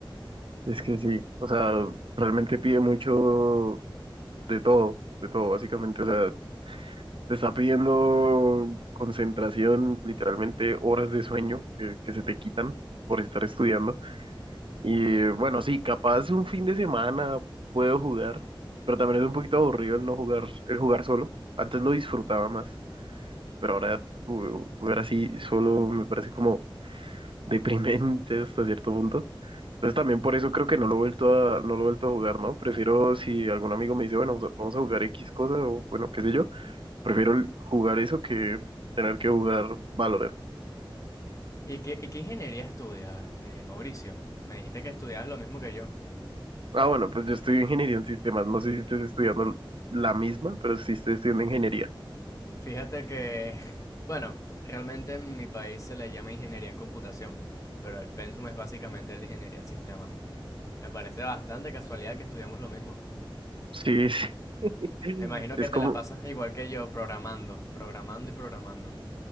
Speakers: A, on the right (about 70°); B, on the left (about 35°).
A: Es que sí, o sea, realmente pide mucho de todo, de todo, básicamente, o sea Te está pidiendo concentración, literalmente horas de sueño que, que se te quitan por estar estudiando. Y bueno, sí, capaz un fin de semana puedo jugar, pero también es un poquito aburrido el no jugar, el jugar solo. Antes lo disfrutaba más, pero ahora ju- jugar así solo me parece como <laughs> deprimente hasta cierto punto. Entonces también por eso creo que no lo he vuelto a, no lo he vuelto a jugar, ¿no? Prefiero si algún amigo me dice, bueno, vamos a vamos a jugar X cosa o bueno, qué sé yo. Prefiero l- jugar eso que tener que jugar Valorant.
B: ¿Y qué, y qué ingeniería estudias, eh, Mauricio? Me dijiste que estudiabas lo mismo que yo.
A: Ah, bueno, pues yo estudio ingeniería en sistemas. No sé si estés estudiando la misma, pero sí estoy estudiando ingeniería.
B: Fíjate que, <laughs> bueno, realmente en mi país se le llama ingeniería en computación, pero el pensum es básicamente el de ingeniería en sistemas. Me parece bastante casualidad que estudiamos lo mismo.
A: Sí, sí. <laughs>
B: Me imagino
A: Es
B: que te
A: como,
B: la pasas igual que yo, programando, programando y programando.